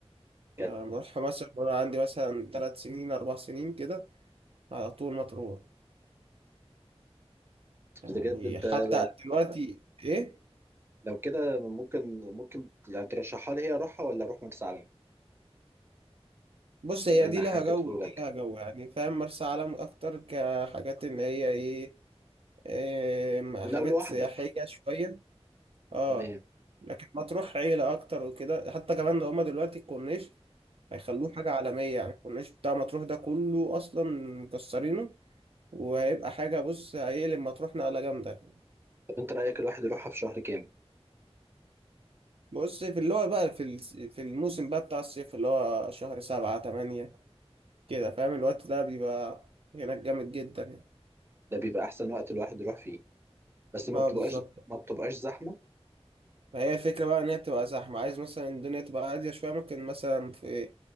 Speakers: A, on the right; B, on the right.
A: كانت
B: يعني بروحها مثلا وانا عندي مثلا 3 سنين 4 سنين كده على طول مطروح يعني
A: بجد انت
B: حتى
A: لو
B: دلوقتي ايه
A: لو كده ممكن ممكن يعني ترشحها لي هي اروحها ولا اروح مرسى علم
B: بص
A: بالله
B: هي
A: انا
B: دي لها
A: حكيته
B: جو دي
A: لك
B: لها جو يعني فاهم مرسى علم اكتر كحاجات ان هي ايه, إيه
A: لو
B: حاجات
A: لوحدك
B: سياحية شوية اه
A: تمام
B: لكن مطروح عيلة اكتر وكده حتى كمان ده هما دلوقتي الكورنيش هيخلوه حاجة عالمية يعني الكورنيش بتاع مطروح ده كله اصلا مكسرينه وهيبقى حاجة بص هيقلب مطروح نقلة جامدة
A: طب انت رايك الواحد يروحها في شهر كام
B: بص في اللي هو بقى في الس- في الموسم بقى بتاع الصيف اللي هو شهر سبعة تمانية كده فاهم الوقت ده بيبقى هناك جامد جدا يعني
A: ده بيبقى احسن وقت الواحد يروح فيه بس ما
B: اه
A: بتبقاش
B: بالظبط
A: ما بتبقاش زحمه
B: ما هي الفكرة بقى إن هي بتبقى زحمة عايز مثلا الدنيا تبقى هادية شوية ممكن مثلا في